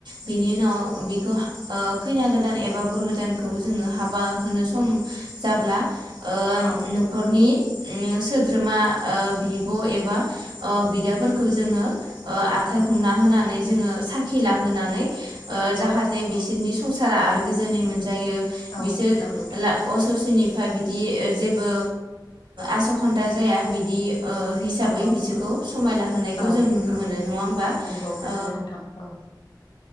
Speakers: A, on the right; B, on the left.
A: बिनि उनाव बिखौ ओ खैना गो दान एबा बर गोदानखौ जोङो हाबा होनो सम जाब्ला ओ
B: औ
A: न'खरनि ओम सोद्रोमा ओ बि बिब' एबा ओ बिदाफोरखौ जोङो ओ आखाइ
B: औ
A: हमना होनानै जोङो साख्रि लाहोनानै ओ
B: औ
A: जाहाथे बिसोरनि संसारा आलो गोजोनै मोन। जायो
B: औ
A: बिसोर
B: नंगौ
A: ला अससेनि बा बिदि जेबो आसखान्दा जाया बिदि ओ हिसाबै
B: औ औ
A: बिसोरखौ समायना होनायखौ
B: औ
A: जों नुनो मोनो। होमबा
B: नंगौ नंगौ
A: ओ
B: नोंथां औ